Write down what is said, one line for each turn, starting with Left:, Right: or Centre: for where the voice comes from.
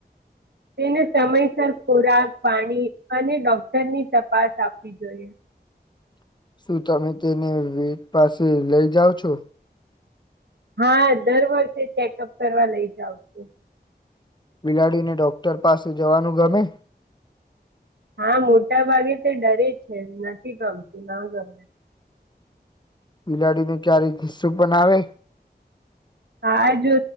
Right: તેને સમયસર ખોરાક પાણી અને ડોક્ટરની તપાસ આપવી જોઈએ
Left: <inaudible> શું તમે તેને વીટ પાસે લઈ જાઓ છો
Right: હા દર વર્ષે ચેકઅપ કરવા લઇ જઉ છું
Left: બિલાડીને ડોક્ટર પાસે જવાનું ગમે
Right: હા મોટા ભાગે તે ડરે છે નથી ગમતું ના ગમે
Left: બિલાડીને ક્યારે ગુસ્સો પણ આવે
Right: હા જો